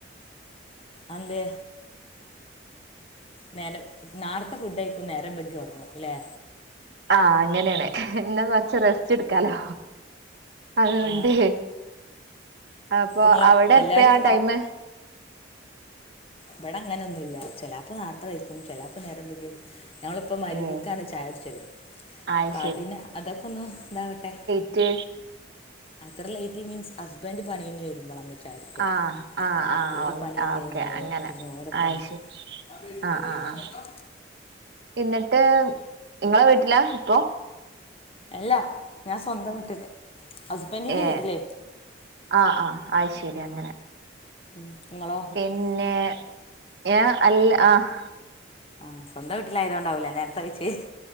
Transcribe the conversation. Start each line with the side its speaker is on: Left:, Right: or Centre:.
Left: അതെന്തേ നേരം നാർത്തെ ഫുഡേയിക്കും നേരം വെയ്ക് ഒറങ്ങു ല്ലെ
Right: ആഹ് അങ്ങനെയണ് എന്നാ കൊറച്ച് റസ്റ്റ് എടുക്കാലോ അതോണ്ട്
Left: ആ
Right: അപ്പൊ
Left: നിങ്ങള്
Right: അവിടെ
Left: എല്ലാരും
Right: എപ്പയ ടൈം
Left: ഇവിടെ അങ്ങനെ ഒന്നും ഇല്ല ചെല്ലാപ്പോ നർത്തെ കഴിക്കും ചെല്ലാപ്പോ നേരം വെ ഞമ്മളിപ്പോ മയിരിബിക്കാണ്
Right: ഏഹ്
Left: ചായ കുടിച്ചത്
Right: അത്
Left: അപ്പൊ അതിന് അതൊക്കെ ഒന്ന് എന്താാവട്ടെ
Right: റ്റ്
Left: അത്ര ലേറ്റ് മീൻസ് ഹസ്ബൻഡ് പണി കയിഞ്ഞ് വരുമ്പോള്ളാ നമ്മക്ക് <unintelligible>
Right: ആഹ് ആഹ്
Left: ഒര് പണി
Right: ആഹ്
Left: കഴിഞ്ഞ്
Right: ഓക്കെ അങ്ങനെ
Left: പിന്നെ ഓലപ്പങ്ങനെ
Right: അത് ശരി
Left: <unintelligible>
Right: ആഹ് ആഹ് ആഹ്
Left: നൊക്കാ
Right: എന്നിട്ട് ഇങ്ങളെ വീട്ടിലാ ഇപ്പോ
Left: അല്ലാ ഞാൻ സ്വന്തം വീട്ടില് ഹസ്ബൻഡിൻ്റെ
Right: ഏഹ്
Left: വീട്ടിലേ
Right: ആഹ് ആഹ് അയ് ശരി അങ്ങനെ
Left: ഉം ഇങ്ങളോ
Right: പിന്നെ ഞാൻ അൽ ആഹ്
Left: ആഹ് സ്വന്ത വീട്ടിലായതുകൊണ്ടാവൂല്ല നേരത്തെകയ്ച്ചേ